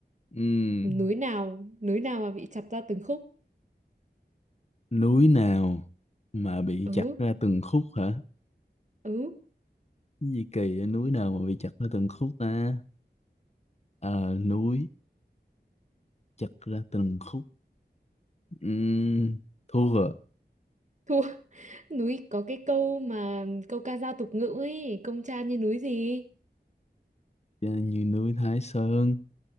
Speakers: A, on the left (about 35°); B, on the right (about 40°).
A: ừm.
B: Núi nào, núi nào mà bị chặt ra từng khúc?
A: Núi nào mà bị
B: Ừ
A: chặt ra từng khúc hả?
B: ừ
A: Cái gì kỳ vậy? núi nào mà bị chặt ra từng khúc ta? Ờ, núi chặt ra từng khúc Ừm, thu vợ
B: Thua núi có cái câu mà câu ca dao tục ngữ ấy công tra như núi gì
A: như núi Thái Sơn